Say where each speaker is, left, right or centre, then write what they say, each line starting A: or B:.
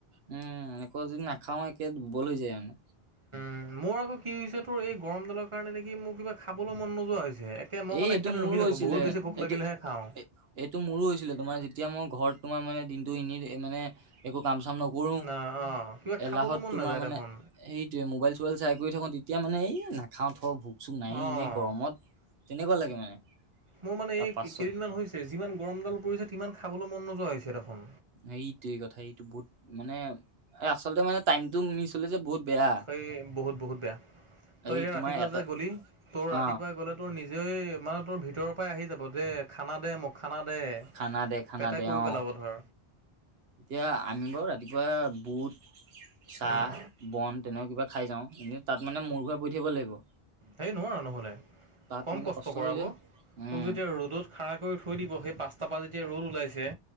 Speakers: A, on the right; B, on the right.
A: উম এনেকা যদি নাখাও একে দুৰ্বল হৈ যায় মানে
B: উ মোৰ আকৌ কি হৈছে তোৰ এই গৰমডালৰ কাৰণে নেকি মোৰ কিবা খাবলৈ মন নোযোৱা হৈছে একে মই
A: এই
B: মানে
A: এইটো
B: সেইকাৰণে
A: মোৰো
B: ৰখি থাকোঁ
A: হৈছিলে
B: বহুত বেছি ভোক
A: এইটো
B: লাগিলেহে খাওঁ।
A: এইটো মোৰো হৈছিলে তোমাৰ যিটো তেতিয়া মই ঘৰত তোমাৰ মানে দিনটো এনেই মানে একো কাম চাম নকৰোঁ
B: না অ' কিবা
A: এলাহত
B: খাবলৈ মন
A: তোমাৰ
B: নাযায়
A: মানে
B: দেখোন
A: এইটোয়ে মোবাইল চোবাইল চাই কৰি থাকো তেতিয়া মানে এই নাখাও থও ভোক চোক নায়ে
B: অ'।
A: এনেই গৰমত তেনেকুৱা লাগে মানে
B: মোৰ মানে
A: তাৰ
B: এই
A: পাছত
B: কেইদিনমান হৈছে যিমান গৰম ডাল পৰিছে তিমান খাবলৈ মন নোযোৱা হৈছে দেখুন
A: এইটোই কথা এইটো বহুত মানে এই আচলতে মানে টাইমতটো মিচ হলে যে বহুত বেয়া
B: সেই বহুত বহুত বেয়া তই
A: এই
B: এতিয়া
A: তোমাৰ
B: ৰাতিপুৱা
A: এটা
B: যে গলি তোৰ
A: অ
B: ৰাতিপুৱা গ'লে তোৰ নিজ মানে তোৰ ভিতৰৰ পৰাই আহি যাব দে খানা দে মোক খানা দে।
A: খানা দে খানা
B: পেটে
A: দে
B: কৈ
A: অ
B: পেলাব ধৰ
A: এতিয়া আমি বাৰ ৰাতিপুৱা বুট চাহ
B: উম,
A: বন তেনেকুৱা কিবা খাই যাওঁ এনে তাত মানে মোৰ ঘোৰাই পৰি থাকিব লাগিব
B: হে নোৱাৰয় আৰু নহ'লে
A: তাত
B: কম
A: মানে
B: কষ্ট কৰাব
A: হৈ যে উম
B: তোক যেতিয়া ৰ'দত খাৰা কৰি থৈ দিব সেই পাচ তাৰপৰা যেতিয়া ৰ'ল ওলাইছে